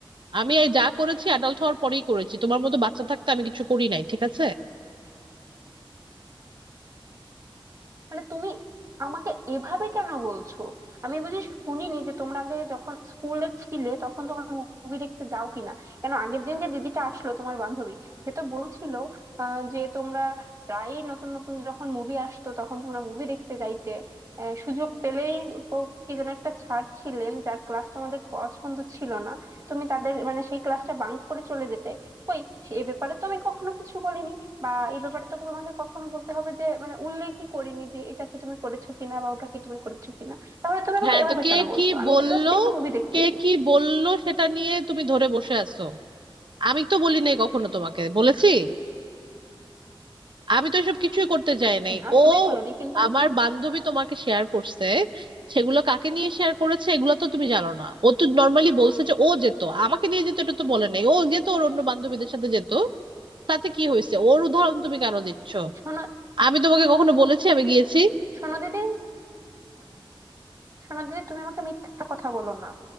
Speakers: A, on the right (about 60°); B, on the right (about 35°).
A: আমি এই যা করেছি অ্যাডাল্ট হওয়ার পরেই করেছি তোমার মতো বাচ্চা থাকতে আমি কিছু করি নাই ঠিক আছে
B: মানে তুমি আমাকে এভাবে কেন বলছো আমি বুঝি শুনিনি যে তোমরা আগে যখন স্কুলে ছিলে তখন তোমরা মুভি দেখতে যাও কিনা কেন আগের দিন যে দিদিটা আসলো তোমার বান্ধবী সে তো বলছিল আহ, যে তোমরা প্রায়ই নতুন নতুন যখন মুভি আসতো তখন তোমরা মুভি দেখতে যাইতে আহ, সুযোগ পেলেই ও- কি যেন একটা ছাড় ছিলেন যার ক্লাস তোমাদের পছন্দ ছিল না তুমি তাদের মানে সেই ক্লাসটা বাঙ্ক করে চলে যেতে কই সে এ ব্যাপারে তো আমি কখনো কিছু বলিনি বা এই ব্যাপারে তো তোমাকে কখনো বলতে হবে যে মানে উল্লেখই করিনি যে এটা কি তুমি করেছো কিনা বা ওটা কি তুমি করেছো কিনা তাহলে তুমি আমাকে
A: হ্যাঁ
B: এভাবে
A: তো কে
B: কেন বলছো
A: কি
B: আমি
A: বললো
B: তো জাস্ট একটু মুভি দেখতে
A: কে
B: গেছি
A: কি বললো সেটা নিয়ে তুমি ধরে বসে আছো আমি তো বলি নাই কখনো তোমাকে বলেছি আমি তো এসব কিছুই করতে চাই নাই
B: না
A: ও
B: তুমি বলোনি কিন্তু আমি-
A: আমার বান্ধবী তোমাকে শেয়ার করছে সেগুলো কাকে নিয়ে শেয়ার করেছে এগুলো তো তুমি জানো না ও তো নর্মালি বলছে যে ও যেত আমাকে নিয়ে যেত এটা তো বলে নাই ও যেত ওর অন্য বান্ধবীদের সাথে যেত তাতে কি হয়েছে ওর উদাহরণ তুমি কেন দিচ্ছ
B: শোনো
A: আমি তোমাকে কখনো বলেছি আমি গিয়েছি
B: শোনো দিদি শোনো দিদি তুমি আমাকে মিথ্যা কথা বলো না